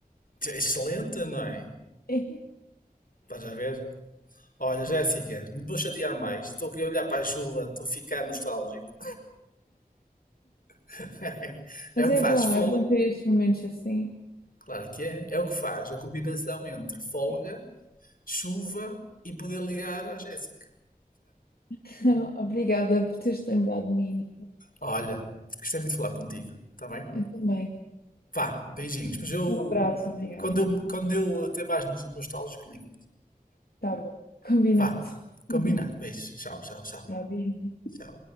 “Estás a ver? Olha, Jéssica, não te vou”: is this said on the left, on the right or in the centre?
Left